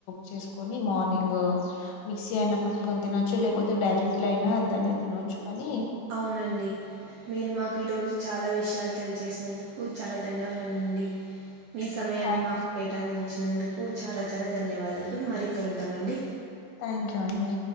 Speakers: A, on the left; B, on the right.
A: చేసుని మార్నింగ్ మిక్సీ అయినా పట్టుకని తినొచ్చు లేకపోతే రెక్ట్ అయినా అ దని తినొచ్చు కానీ
B: అవునండి మీరు మాకు ఈరోజు చాలా విషయాలు తెలియజేసినందుకు చాలా ధన్యవాదాలు అండి మీ సమయాన్ని
A: థ్యాంక్
B: మాకు కేటాయించినందుకు చాలా చాలా ధన్యవాదాలు మరీ ఇంకా ఉంటాం అండి
A: థ్యాంక్ యూ అండీ